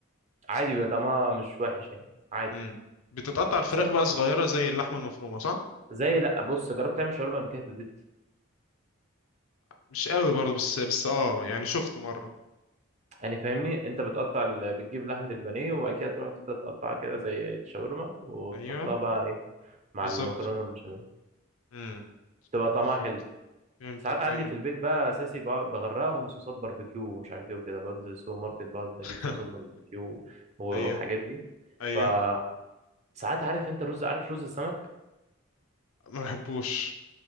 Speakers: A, on the right (about 30°); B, on the left (about 75°).
A: عادي بيبقى طعمها مش وحش يعني عادي
B: امم بتتقطع الفراخ
A: س-
B: بقى صغيرة زي اللحمة المفرومة صح
A: زي لا بص جربت تعمل شاورما قبل كده في البيت
B: مش قوي برضه بس بس اه يعني شفت مرة
A: يعني فاهمني انت بتقطع ال... بتجيب لحمه البانيه وبعد كده تروح تبدا تقطعها كده زي الشاورما وتحطها
B: ايوه
A: بقى مع
B: بالظبط
A: المكرونه البشاميل
B: امم
A: تبقى طعمها
B: فهمت
A: حلو
B: فهمتك
A: ساعات عندي
B: ايوه
A: في البيت بقى اساسي ب- بغرقهم صوصات باربيكيو ومش عارف ايه وكده بنزل السوبر ماركت بقعد
B: <laughs>
A: اجيب صوصات باربيكيو والحاجات
B: ايوه
A: دي
B: ايوه
A: فساعات عارف انت الرز عارف رز السمك
B: ما بحبوش